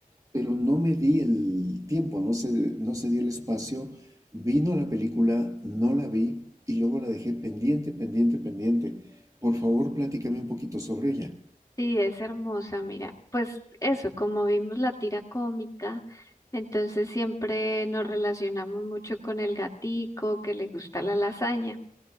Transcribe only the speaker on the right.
pero no me di el tiempo, no se, no se dio el espacio Vino la película, no la vi y luego la dejé pendiente, pendiente, pendiente. Por favor, platícame un poquito sobre ella.